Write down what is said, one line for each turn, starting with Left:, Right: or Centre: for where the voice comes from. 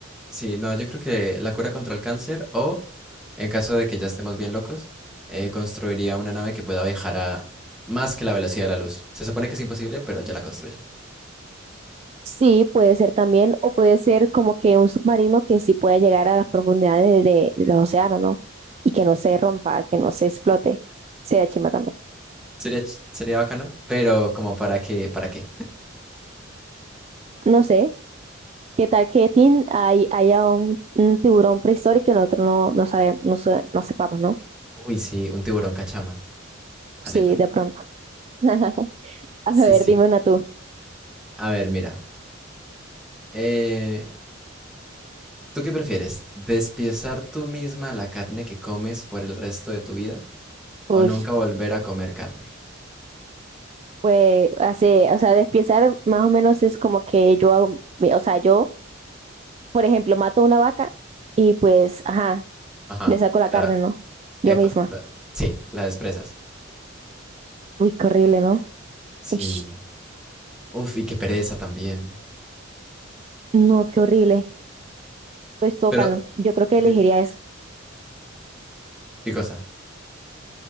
Centre: Sí, no, yo creo que la cura contra el cáncer o, en caso de que ya estemos bien locos, eh, construiría una nave que pueda viajar a más que la velocidad de la luz. Se supone que es imposible, pero yo la construyo.
Right: Sí, puede ser también, o puede ser como que un submarino que sí pueda llegar a las profundidades de, de los océanos, ¿no? Y que no se rompa, que no se explote. Sería chimba también.
Centre: Sería, ch- sería bacano, pero como para qué, para qué.
Right: No sé, ¿qué tal que Tin hay, haya un, un tiburón prehistórico que nosotros no, no sabemos, no, se- no sepamos, ¿no?
Centre: Uy, sí, un tiburón cachama, aleta.
Right: Sí, de pronto. <laughs> A
Centre: Sí,
Right: ver,
Centre: sí.
Right: dime una tú.
Centre: A ver, mira. eh, ¿tú qué prefieres? ¿Despiezar tú misma la carne que comes por el resto de tu vida o
Right: Ush.
Centre: nunca volver a comer carne?
Right: Pues así, o sea, despiezar más o menos es como que yo hago, mi- o sea, yo, por ejemplo, mato una vaca y pues, ajá.
Centre: Ajá.
Right: Le saco la
Centre: y
Right: carne,
Centre: La,
Right: ¿no? Yo
Centre: epa,
Right: misma.
Centre: la- sí, la desprezas.
Right: Uy, qué horrible, ¿no?
Centre: Sí.
Right: Ush,
Centre: Uf, y qué pereza también.
Right: no, qué horrible. Pues tocan.
Centre: Pero,
Right: Yo creo que
Centre: di-
Right: elegiría eso.
Centre: ¿qué cosa?